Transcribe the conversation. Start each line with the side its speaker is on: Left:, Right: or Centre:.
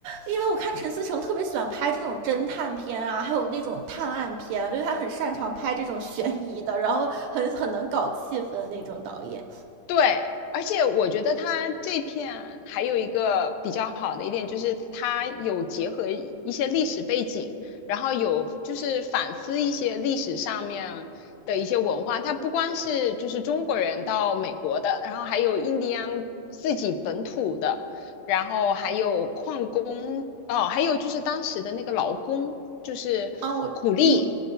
Right: 因为我看陈思诚特别喜欢拍这种侦探片啊，还有那种探案片，就是他很擅长拍这种悬疑的，然后很很能搞气氛那种导演。
Left: 对，而且我觉得它这片还有一个比较好的一点，就是它有结合一一些历史背景，然后有就是反思一些历史上面的一些文化。它不光是就是中国人到美国的，然后还有印第安自己本土的，然后还有矿工，哦，还有就是当时的那个劳工，就是苦力，
Right: 哦，嗯